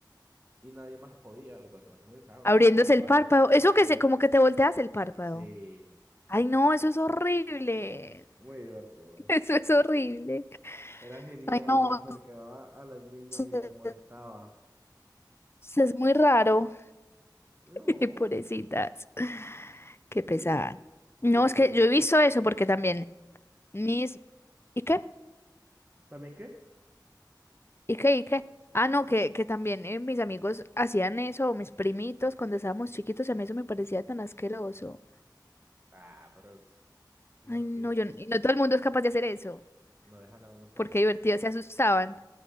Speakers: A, on the right (about 25°); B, on the left (about 35°).
A: y nadie más podía, lo cual se me hace muy raro
B: Abriéndose
A: porque es muy fácil.
B: el párpado. Eso que
A: Sí,
B: se, como que te volteas el párpado.
A: sí,
B: Ay, no, eso es horrible.
A: muy divertido.
B: <laughs> Eso es horrible.
A: Era genial,
B: Ay, no,
A: me acercaba a las niñas
B: eso
A: y las molestaba.
B: eso es muy raro.
A: No,
B: <laughs> Pobrecitas. Qué
A: y,
B: pesada. No,
A: y pues,
B: es que yo he visto eso porque también mis... ¿Y qué?
A: ¿también qué?
B: ¿Y qué? ¿Y qué? Ah, no, que, que también eh, mis amigos hacían eso, mis primitos, cuando estábamos chiquitos, y a mí eso me parecía tan asqueroso.
A: Ah, pero es divertido.
B: Ay, no, yo, y no todo el mundo es capaz de hacer eso,
A: No dejan a uno ser
B: porque
A: feliz.
B: divertido, se asustaban,